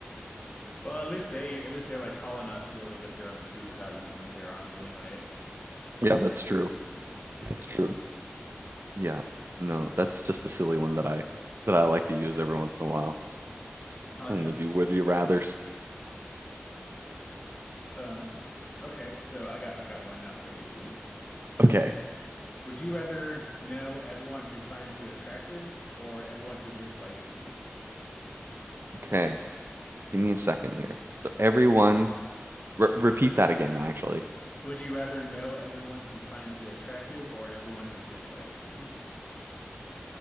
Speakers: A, on the left; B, on the right.
A: Well, at least they at least they're like tall enough to be able to get their own food without using their arms anyway.
B: Yeah, that's true. That's true. Yeah. No, that's just a silly one that I that I like to use every once in a while
A: I like
B: when
A: that.
B: we do would you rathers.
A: Um, okay, so I got I got one now for you too.
B: Okay.
A: Would you rather know everyone who finds you attractive or everyone who dislikes you?
B: Okay. Give me a second here. So everyone re- repeat that again actually.
A: Would you rather know everyone who finds you attractive or everyone who dislikes you?